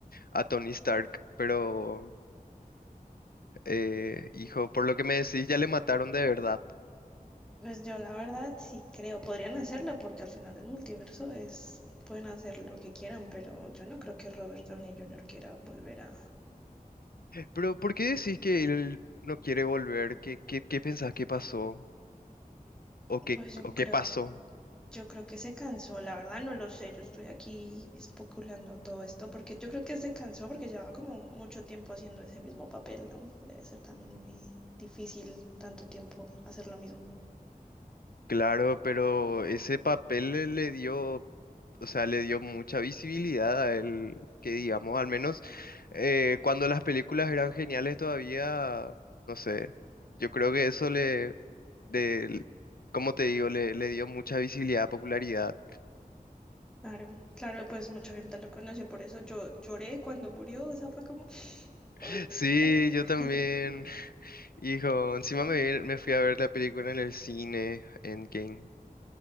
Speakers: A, on the left (about 80°); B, in the centre.
A: a Tony Stark. Pero, eh, hijo, por lo que me decís, ya le mataron de verdad.
B: Pues yo la verdad sí creo, podrían hacerlo porque al final del multiverso es, pueden hacer lo que quieran, pero yo no creo que Robert Downey Jr. quiera volver a...
A: Pero ¿por qué decís que él no quiere volver? ¿Qué, qué, qué pensás que pasó? ¿O qué,
B: Pues yo
A: o
B: creo,
A: qué pasó?
B: yo creo que se cansó, la verdad no lo sé, yo estoy aquí especulando todo esto porque yo creo que se cansó porque llevaba como mucho tiempo haciendo ese mismo papel, ¿no? Debe ser también muy difícil tanto tiempo hacer lo mismo.
A: Claro, pero ese papel le le dio, o sea, le dio mucha visibilidad a él, que digamos, al menos eh, cuando las películas eran geniales todavía, no sé, yo creo que eso le, de, como te digo, le, le dio mucha visibilidad, popularidad.
B: Claro, claro, pues mucha gente lo conoció, por eso yo lloré cuando murió, o sea, fue como, <gasps> <sniffs> ¿por
A: <laughs> Sí,
B: qué?
A: yo también, <laughs> hijo, encima me, vi- me fui a ver la película en el cine, Endgame.